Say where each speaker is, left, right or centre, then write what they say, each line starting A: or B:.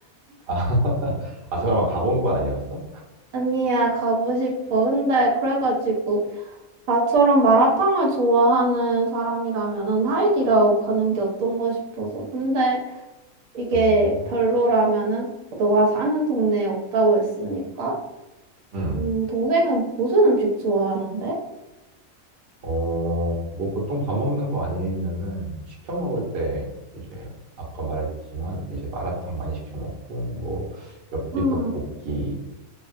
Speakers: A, on the right (about 50°); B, on the right (about 80°).
A: 아, <laughs> 아, 잠깐만, 가본 건 아니었어?
B: 아니야, 가고 싶어. 근데 그래가지고 나처럼 마라탕을 좋아하는 사람이라면은 하이디라고 가는 게 어떤가 싶어서. 근데 이게
A: 음,
B: 별로라면은 너가 사는 동네에 없다고 했으니까.
A: 음.
B: 음, 동생은 무슨 음식 좋아하는데?
A: 어, 뭐 보통 밥 먹는 거 아니면은 시켜 먹을 때 이제 아까 말했지만 이제 마라탕 많이 시켜 먹고 뭐 엽기
B: 음,
A: 떡볶이